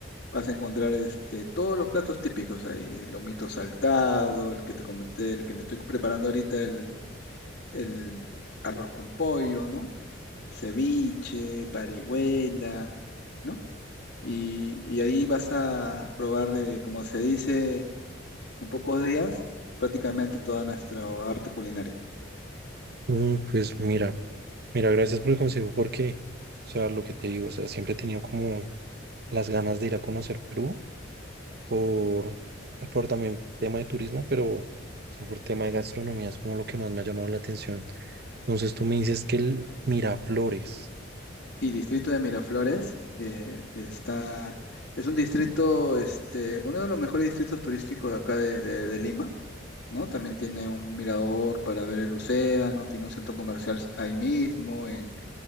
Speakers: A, on the left (about 70°); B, on the right (about 55°).
A: Vas a encontrar este, todos los platos típicos ahí, lomito saltado, el que te comenté, el que me estoy preparando ahorita, el, el arroz con pollo, ¿no? Ceviche, parihuela, ¿no? Y, y ahí vas a probar, eh, como se dice, en pocos días, prácticamente toda nuestra arte culinario.
B: Mm, pues mira, mira, gracias por el consejo porque, o sea, lo que te digo, o sea, siempre he tenido como las ganas de ir a conocer Perú por, por también tema de turismo, pero o sea, por tema de gastronomía es como lo que más me ha llamado la atención. Entonces tú me dices que el Miraflores,
A: Sí, distrito de Miraflores, eh, está, es un distrito, este, uno de los mejores distritos turísticos de acá de de- de Lima ¿no? También tiene un mirador para ver el océano, tiene un centro comercial ahí mismo, en,